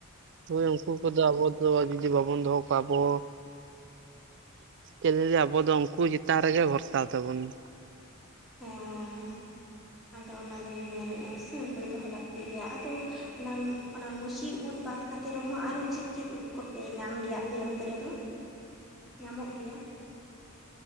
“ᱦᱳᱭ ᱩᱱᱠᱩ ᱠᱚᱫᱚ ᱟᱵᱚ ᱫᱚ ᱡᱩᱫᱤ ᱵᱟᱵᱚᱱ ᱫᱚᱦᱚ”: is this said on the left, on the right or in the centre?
Right